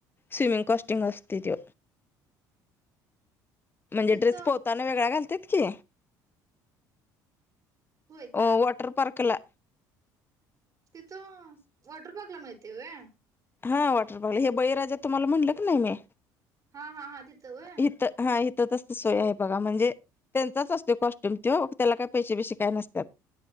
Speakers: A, on the left (about 25°); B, on the right (about 40°).
A: स्विमिंग कॉस्ट्यूम असतोय तो. म्हणजे
B: तिथं
A: ड्रेस पोहताना वेगळा घालत्यात की.
B: होय का
A: ओ वाॉटर पार्कला.
B: तिथं वॉटर पार्कला मिळतंय वय?
A: हा वॉटर पार्कला हे बळीराजा तुम्हाला म्हणलं की नाही मी
B: हा हा हा तिथं व्हय
A: इथ हा तर तस सोय आहे बघा म्हणजे त्यांचाच असतो कॉस्ट्यूम तो त्याला काही पैसे बैसे काय नसत्यात.